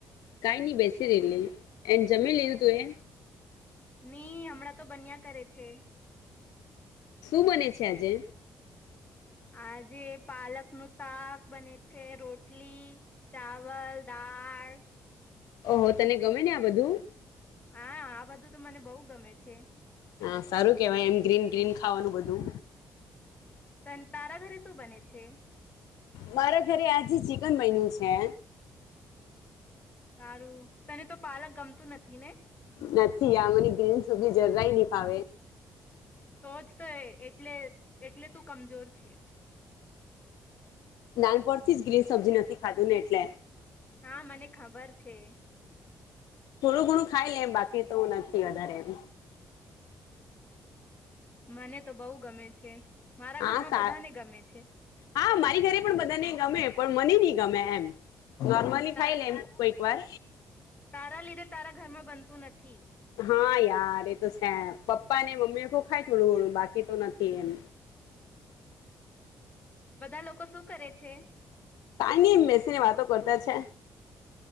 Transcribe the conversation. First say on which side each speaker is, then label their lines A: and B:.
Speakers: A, on the left (about 80°); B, on the left (about 25°).
A: કઈ ન‌ઈ બેસીરેલી એન જમીન લિધુ તુ એે
B: નહી હમણાં તો બન્યા કરે છે
A: શું બને છે આજે
B: આજે પાલક નું શાક બને છે રોટલી ચાવલ દાળ
A: ઓહો તને ગમે ને આ બધું
B: હા આ બધું તો મને બહુ ગમે છે
A: હા સારું કેવાય એમ ગ્રીન ગ્રીન ખાવાનું બધું
B: તન તારા ઘરે શું બને છે
A: મારા ઘરે આજે ચિકન બહિનું છે
B: સારું તને તો પાલક ગમતું નથી ને
A: નથી આ મને ગ્રીન સબજી જરા ઈ ન‌ઈ ફાવે
B: તોજ તો એટલે એટલે તું કમજોર છે
A: નાન પરથી જ ગ્રીન સબ્જી નથી ખાધું ને એટલે
B: હા મને ખબર છે
A: થોડું ઘણું ખાઈ લે એમ બાકી તો નથી વધારે એમ
B: મને તો બઉ ગમે છે મારા
A: હા
B: ઘરમાં
A: સા
B: બધાને ગમે છે
A: હા મારી ઘરે પણ બધાને ગમે પણ મને ન‌ઈ ગમે એમ નોર્મલી
B: તારા
A: ખાઈ લે કોઈક વાર.
B: તારા લીધે તારા ઘરમાં બનતું નથી
A: હા યાર એ તો છે પપ્પા ને મમ્મી કો ખાય થોડું ઘણું બાકી તો નથી એમ.
B: બધા લોકો શું કરે છે?
A: કઈ નઇ બેસીને વાતો કરતા છે